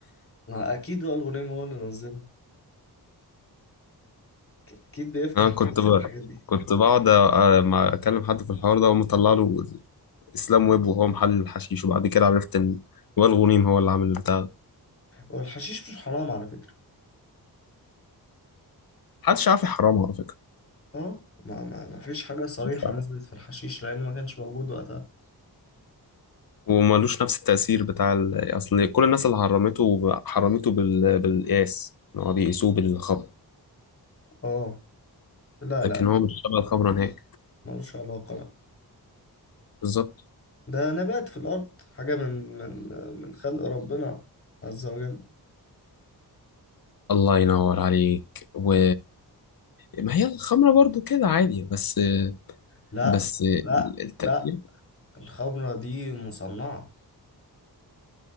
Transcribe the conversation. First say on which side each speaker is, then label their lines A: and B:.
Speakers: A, on the left; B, on the left.
A: ما اكيد وائل غنيم هو اللي نزله اكيد بيفتح
B: انا كنت
A: ينزل
B: بجد
A: الحاجات
B: ب...
A: دي
B: كنت بقعد أ- ما اكلم حد في الحوار ده ومطلع له اسلام ويب وهو محلل الحشيش وبعد كده عرفت ان وائل غنيم هو اللي عامل البتاع
A: هو الحشيش مش حرام على فكرة
B: محدش عارف يحرمه على فكره
A: اه ما ما ما فيش حاجة صريحة
B: محدش عارف.
A: نزلت في الحشيش لان ما كانش موجود وقتها
B: وملوش نفس التأثير بتاع ال... أصل كل الناس اللي حرمته حرمته بال... بالقياس إن هو بيقيسوه بالخمر
A: اه لا
B: لكن
A: لا لا
B: هو مش شبه الخمرة نهائي
A: ملوش علاقة لا
B: بالظبط
A: ده نبات في الأرض حاجة من من من خلق ربنا عز وجل
B: الله ينور عليك و ما هي الخمرة برضو كده عادي بس
A: لا
B: بس
A: لا
B: التأثير
A: لا الخمرة دي مصنعة